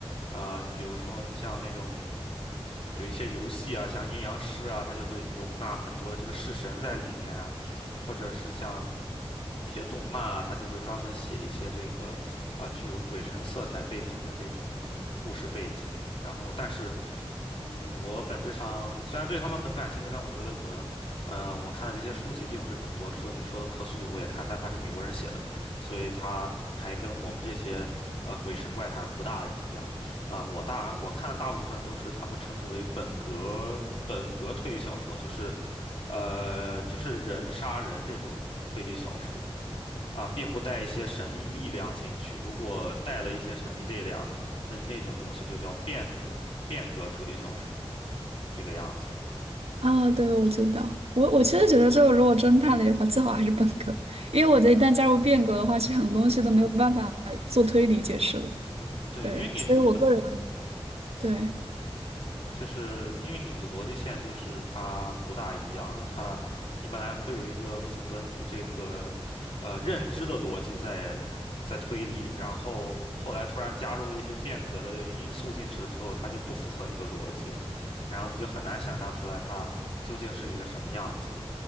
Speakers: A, on the left; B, on the right.
A: 啊、比如说像那种。有一些游戏啊，像阴阳师啊，它就会容纳很多的这个式神在里面啊，或者是像一些动漫啊，他就会专门写一些这个啊具有鬼神色彩背景的这种故事背景。然后，但是，嗯，我本质上虽然对他们很感兴趣，但我觉得可能，呃，我看的这些书籍并不是很多。除了你说的《克苏鲁》，我也看，但它是美国人写的，所以它还跟我们这些呃鬼神怪谈不大一样。啊、我大我看的大部分都是他们称之为本格本格推理小说，就是，呃，就是人杀人这种推理小说。啊，并不带一些神秘力量进去。如果带了一些神秘力量，那那种东西就叫变革，变革推理小说这个样子的。
B: 啊，对，我知道。我我其实觉得，这个如果真判了的话，最好还是本科，因为我觉得一旦加入变革的话，其实很多东西都没有办法做推理解释了。
A: 嗯，对，
B: 对，
A: 因为你逻，
B: 所以我个人对
A: 嗯，就是因为你的逻辑线就是它不大一样了。它，你本来会有一个符合你这个，呃，认知的逻辑在在推理，然后后来突然加入了一些变革的因素进去了之后，它就不符合你的逻辑了，然后你就很难想象出来它究竟是一个什么样子的。